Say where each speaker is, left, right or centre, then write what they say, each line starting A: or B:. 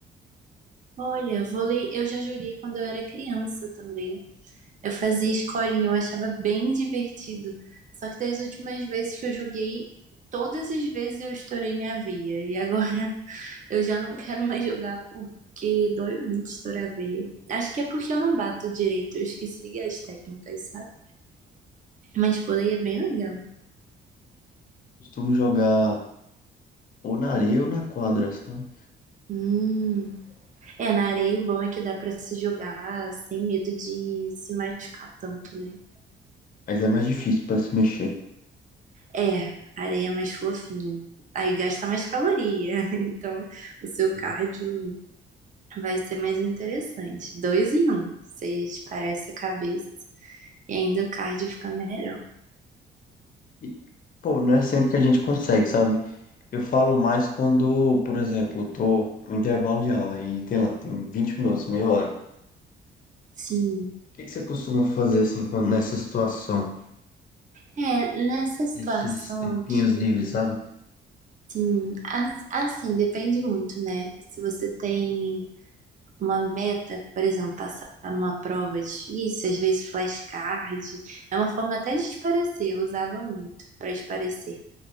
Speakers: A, on the right; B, on the left.
A: Olha, vôlei eu já joguei quando eu era criança também. Eu fazia escolinha, eu achava bem divertido. Só que das últimas vezes que eu joguei, todas as vezes eu estourei minha veia. E agora <laughs> eu já não quero mais jogar porque dói muito estourar a veia. Acho que é porque eu não bato direito, eu esqueci as técnicas, sabe? Mas por aí é bem legal.
B: Costumo jogar ou na areia ou na quadra, sabe?
A: Hum. É, na areia o bom é que dá pra se jogar sem medo de se machucar tanto, né?
B: Mas é mais difícil para se mexer.
A: É, a areia é mais fofinha. Aí gasta mais caloria, <laughs> então o seu
B: Sim.
A: cardio vai ser mais interessante. Dois em um, você parece a cabeça e ainda o cardio fica melhor.
B: E, pô, não é sempre que a gente consegue, sabe? Eu falo mais quando, por exemplo, eu tô no intervalo de aula e, sei lá, tem 20 minutos, meia hora.
A: Sim,
B: que que você costuma fazer assim quando- nessa situação?
A: é, nessa situação
B: Esses tempinhos
A: aqui,
B: livres, sabe?
A: sim, as- assim, depende muito, né? Se você tem uma meta, por exemplo, passar numa prova difícil, às vezes flashcard, é uma forma até de esparecer, eu usava muito para esparecer,